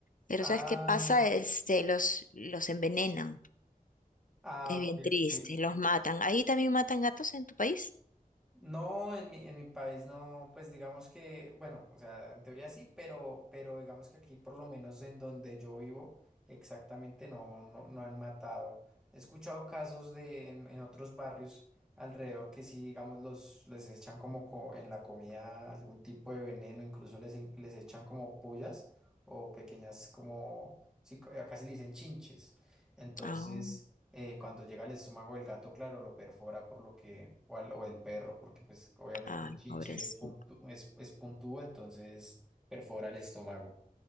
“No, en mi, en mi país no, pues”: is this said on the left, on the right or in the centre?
Centre